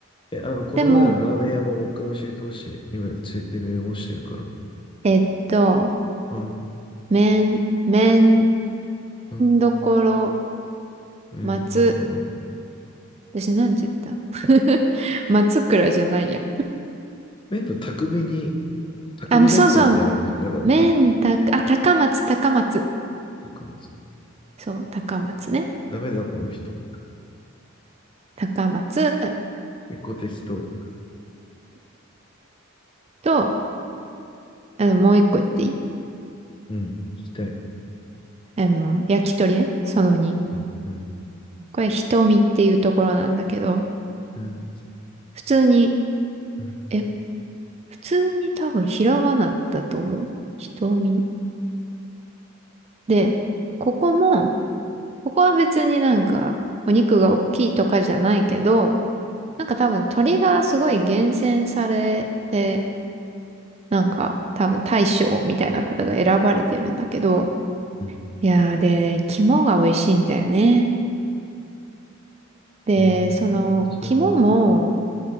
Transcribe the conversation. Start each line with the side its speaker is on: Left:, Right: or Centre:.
Left: え、あの、この前のラーメン屋ももう一回教えてほしい。
Right: でも、
Left: 今、ついでにメモしてるから。
Right: えっと、
Left: うん。
Right: めん、め
Left: うん。
Right: どころ、
Left: えー、
Right: 松、
Left: だから、
Right: 私なんて言った <laughs> 松倉じゃないや。
Left: 麺の匠に、匠だったみたいなこと言ってなかった
Right: あ、そうそう、めんたあ、高松、高松。
Left: 匠です
Right: そう、高松ね。
Left: ダメだ、この人。
Right: 高松
Left: 結構適当。
Right: と、あの、もう一個言っていい
Left: うん。聞きたい。
Right: あの、焼き鳥ね。その2。
Left: うん。うん。
Right: これ、瞳っていうところなんだけど、
Left: うん。
Right: 普通に、
Left: うん。
Right: え、普通に多分ひらがなだと思うな。瞳。で、ここも、ここは別になんかお肉が大きいとかじゃないけど、なんか多分鳥がすごい厳選されて、なんか多分大将みたいな方が選ばれてるんだけど、
Left: うん。
Right: いやーで、肝が美味しいんだよね。で、
Left: うん。
Right: その肝も
Left: 面白いな。う